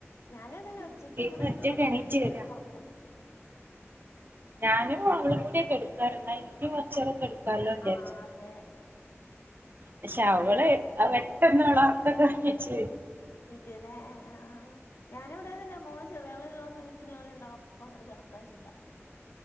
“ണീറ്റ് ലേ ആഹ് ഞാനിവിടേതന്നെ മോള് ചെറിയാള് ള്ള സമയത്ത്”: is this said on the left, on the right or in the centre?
Left